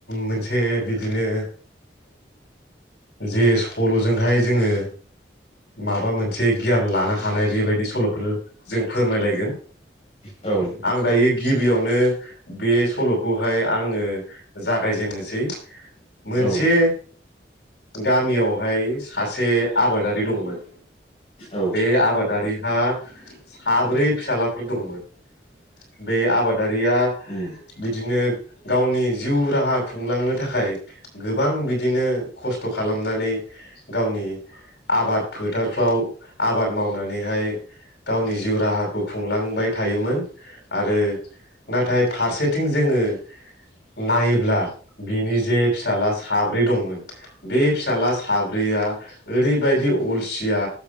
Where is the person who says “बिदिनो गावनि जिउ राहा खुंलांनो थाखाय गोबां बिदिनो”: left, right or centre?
Left